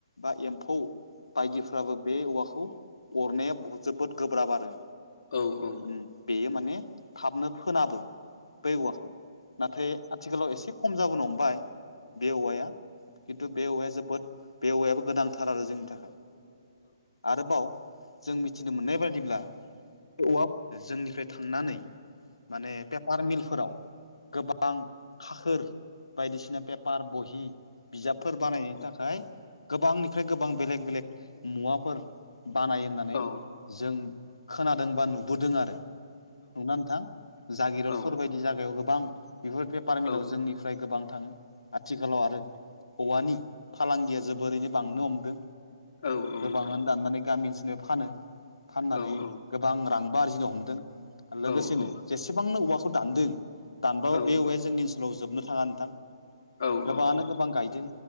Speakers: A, on the left (about 80°); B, on the left (about 60°).
A: बा एम्फौ बायदिफ्राबो बे औवाखौ अरनाया जोबोद गोब्राब आरो
B: औ औ
A: उम बेयो माने थाबनो फोनाबो बै औवाखो नाथाय आथिखालाव एसे खम जाबोनो हमबाय बे औवाया खिन्थु बे औवाया जोबोद बे औवायाबो गोनांथार आरो जोंनि थाखाय आरोबाव जों मिथिनो मोननाय बादिब्ला बे औवाफोरानो जोंनिफ्राय थांनानै माने पेपार मिलफोराव गोबां खाखोर बायदिसिना पेपार बहि बिजाबफोर बानायनायनि था
B: औ
A: खाय गोबांनिफ्राय गोबां बेलेक बेलेक मुवाफोर बानाय होननानै
B: औ
A: जों खोनादोंबा नुबोदों आरो औ ना नोंथां जागिरद
B: औ
A: जागायाव गोबां बेफोर बेपारमिलाव
B: औ
A: जोंनि फ्राय गोबां थाङो आथिखालाव आरो औवानि फालांगिया जोबोरैनो बांनो हमदों
B: औ औ
A: गोबाङानो
B: नोंथां
A: दाननानै गामि ओनसोलनिफाय फानो फाननानै
B: औ औ
A: गोबां रांबो आरजिनो हमदों लोगोसेनो
B: औ औ
A: जेसेबांनो औवा खौ दानदों दानब्लाबो
B: औ
A: बे औवाया
B: औ
A: जोंनि ओनसोलाव जोबनो थाङा नोंथां
B: औ
A: गोबाङानो
B: औ नोंथां
A: गोबां गायदों